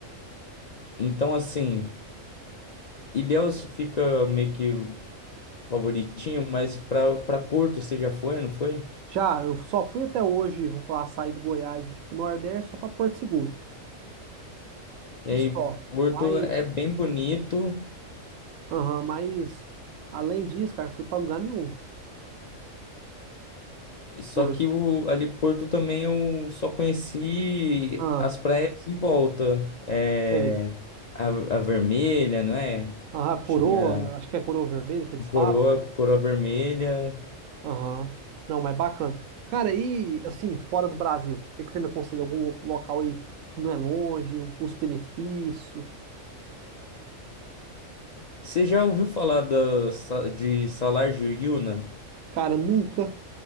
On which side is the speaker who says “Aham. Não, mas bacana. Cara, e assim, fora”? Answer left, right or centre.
Right